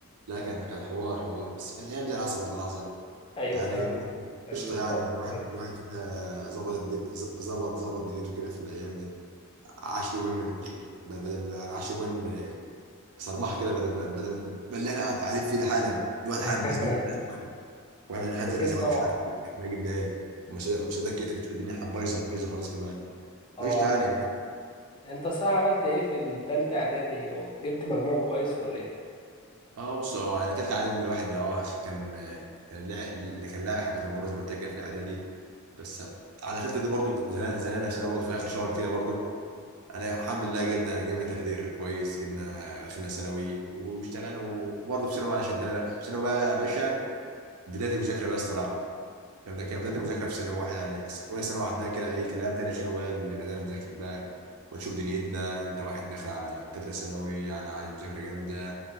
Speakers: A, on the right (about 85°); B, on the left (about 20°).
A: لا كان كان حوار حوار بس كان ايام زي العسل والله العظيم
B: ايوه
A: يعني
B: فعلا كان
A: قشطه
B: الموضوع
A: يعني الواحد
B: حلو
A: الواحد فيها ظبط الد- ز- ظبط ظبط دنيته كده في الايام دي عاش يومين من الاخر ب- بدل ما يعني عاش يومين آه، صرمحه كده بدل ما بدل ما اللي احنا قاعد- قاعدين فيه ده حالا الواحد
B: <laughs>
A: حالا مزنوق كده، واحنا مش هنزل
B: اكيد
A: اسواد
B: طبعا
A: مش عارف نجيب منين ومش مش ايدك كترت فالدنيا حن بايظه بايظه خالص كمان
B: اه
A: قشطه يعني
B: عندك انت صح عملت ايه في التالتة اعدادي وجبت مجموع كويس ولا ايه
A: اه بص هو يعني تالتة اعدادي الواحد اه كان كان لاعب اللي كان لاعب حبتين برضه زي ما قلت لك كده في الاعدادي بس على تالتة دي برضه زنقنا زنقنا نفسنا برضه في اخر شهر كده برضه يعني الحمد لله جبنا جبنا تقدير كويس جبنا دخلنا ثانوي واشتغلنا وبرضه في ثانوي شدنا بقى في ثانوي بقى يا باشا بداية المذاكرة بقى الصراحة كان كان بداية المذاكرة في ثانوي واحد يعني اولى ثانوي عدها كده اي كلام تاني ثانوي بقى اللي بدأنا نذاكر بقى ونشوف دنيتنا انت واحد داخل على تالتة ثانوي يعني عايز مذاكرة جامدة